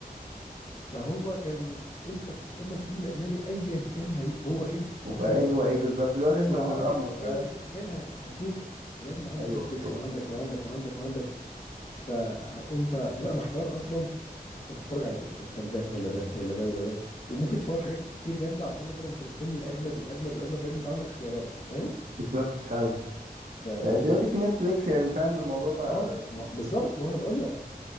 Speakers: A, on the left; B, on the right.
A: فهو كان انت بتستنى الفيلم الاجنبي ايا كان هي... هو ايه هت- هتشوفه
B: وايوه ايه بالظبط دلوقتي احنا
A: والعربي
B: بنتامر فاهم
A: ايا كان هت... هتشوفه دلوقتي انت عندك
B: ايوه
A: نتفليكس
B: ايوه
A: وعندك وعندك وعندك وعندك فانت تبقى محتار اصلا طب هتفرج على ايه طب طب ده ولا ده ولا ده ولا ده وممكن تفوت حاجات كتير جامده عشان مثلا انت مستني الاجمد والاجمد والاجمد لان انت عندك اختيارات فاهم
B: بالظبط فعلا
A: ف ف
B: طيب دلوقتي في نتفليكس يعني فاهم الموضوع بقى
A: اه ما- بالظبط ما انا بقول لك